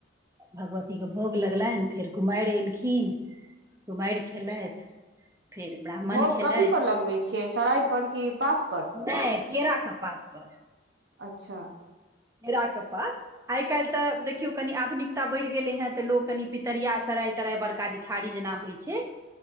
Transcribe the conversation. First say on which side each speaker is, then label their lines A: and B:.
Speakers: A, on the right; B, on the right.
A: भगवतीके भोग लगलैन फेर कुमार एलखिन। कुमार खेलैत
B: अच्छा
A: फेर ब्राह्मण
B: भोग
A: खेलै।
B: कथी पर लगबै छियै सराय पर कि पात पर
A: नै केरा क पात पर।
B: अच्छा।
A: केरा के पात आय-काएल तऽ देखियौ कनि आधुनिकता बढ़ गेलै हेँ तऽ लोक कनि पितरिया से सराय-तराय बड़का जे थारी जेना होय छै।